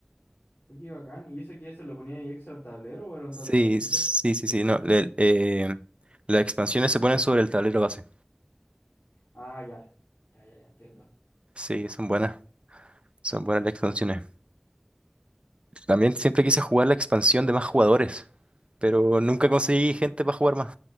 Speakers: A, on the left (about 65°); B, on the right (about 25°).
A: oye, bacán. ¿Y ese qué se lo ponía ahí extra al tablero o era un
B: Sí,
A: tablero distinto?
B: sí, sí, sí, no, el- eh, las expansiones se ponen sobre el tablero base.
A: Ah, ya. Ya, ya, ya entiendo.
B: Sí, son buenas, son buenas las expansiones. También siempre
A: Qué bacán.
B: quise jugar la expansión de más jugadores, pero nunca
A: Ah,
B: conseguí gente para jugar más.